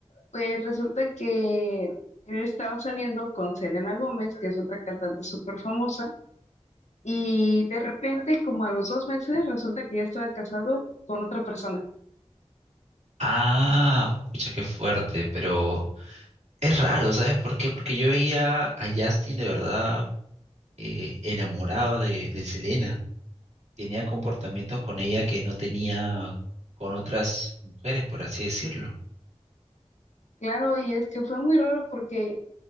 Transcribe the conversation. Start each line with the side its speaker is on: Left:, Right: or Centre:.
Left: Pues resulta que él estaba saliendo con Selena Gómez, que es otra cantante súper famosa Y de repente, como a los dos meses, resulta que ya estaba casado con otra persona.
Right: Ah, pucha, qué fuerte, pero es raro, ¿sabes por qué? Porque yo veía a Justin de verdad eh, enamorado de, de Selena. Tenía comportamientos con ella que no tenía con otras mujeres, por así decirlo.
Left: Claro, y es que fue muy raro porque